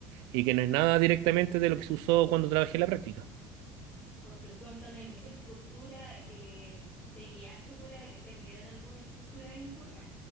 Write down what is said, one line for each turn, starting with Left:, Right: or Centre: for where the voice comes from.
Right: y que no es nada directamente de lo que se usó cuando trabajé en la práctica.
Left: Porque en cuanto a la e- estructura, eh, ¿te guiaste por, a- te enviaron alguna estructura de informe?